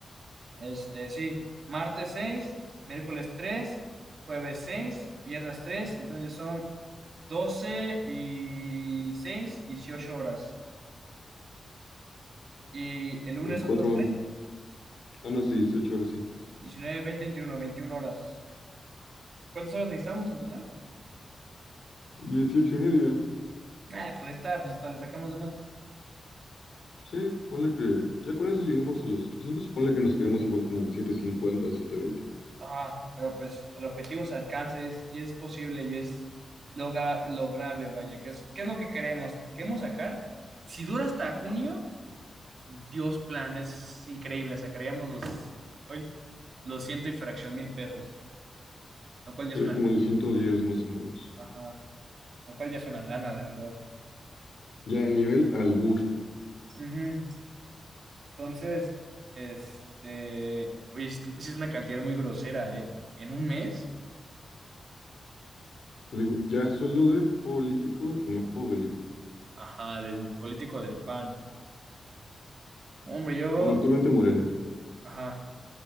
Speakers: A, on the right (about 55°); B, on the left (about 65°).
A: Este, sí, martes seis miércoles tres jueves seis viernes tres entonces son 12 y seis dieciocho horas. Y el lunes
B: 24,
A: otras 3,
B: ah, no, 18 horas, sí.
A: 19, 20, veintiuno 21 horas. ¿Cuántas horas necesitamos en total?
B: 18 y media,
A: Eh, pues ahí está, pues hasta le sacamos de más.
B: sí, ponle que, ya con eso llegamos a los 800, ponle que nos quedemos igual como en 750, 720,
A: Ajá, pero pues el objetivo se alcanza y es, y es posible y es logra- lograble, vaya, que es, ¿qué es lo que queremos? Queremos sacar, si dura hasta junio, Dios plan, es increíble. Sacaríamos los, ay, los ciento y fracción mil pesos, lo cual ya
B: sí,
A: es una
B: como
A: lana.
B: los 110 más o menos.
A: Ajá, lo cual ya es una lana, de verdad.
B: Ya a nivel albur,
A: Ujú. Entonces, este, oye, es, sí es una cantidad muy grosera, ¿eh? En un mes,
B: Yo digo, ya sueldo de político, nepo baby.
A: ajá, del político del PAN. Hombre, yo,
B: Bueno, actualmente Morena.
A: ajá,